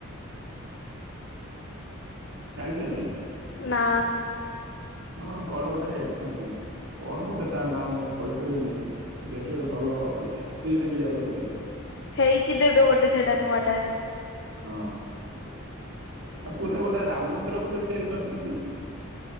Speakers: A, on the right (about 80°); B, on the left (about 55°).
A: ଜାଣିଚନ୍ତି?
B: ନା
A: ହଁ କଣ ଗୋଟେ, କଣ ଗୋଟେ ତା ନାଁ, ମୁଇଁ କହିପାରିବିନି। ଦେଖିବି ଗୋଟେ ଭଲ ଇଏ ଫି ରେ ବି ଯାଉଚନ୍ତି।
B: ହେଇଚିବି ଏବେ ଗୋଟେ ସେଇଟା ନୂଆ ଟା।
A: ହଁ ଆଉ ପୁରୀ ରେ ଗୋଟେ ରାମ ମନ୍ଦିର ବୋଧେ ତିଆରି କରିଚନ୍ତି?